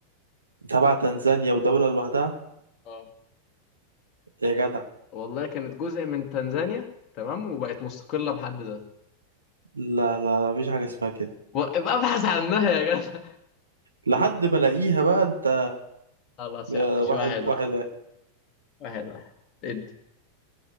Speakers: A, on the right (about 75°); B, on the left (about 35°).
A: تبع تنزانيا ودولة لوحدها
B: اه
A: يا جدع
B: والله كانت جزء من تنزانيا تمام وبقت مستقلة بحد ذاتها
A: لا لا لا مفيش حاجة اسمها كده
B: و- ابقى ابحث عنها يا جدع
A: لحد ما الاقيها بقى انت
B: <laughs> خلاص
A: يا
B: يا عم مش
A: واحد
B: واحد
A: واحد
B: واحد
A: واحد
B: واحد واحد ادي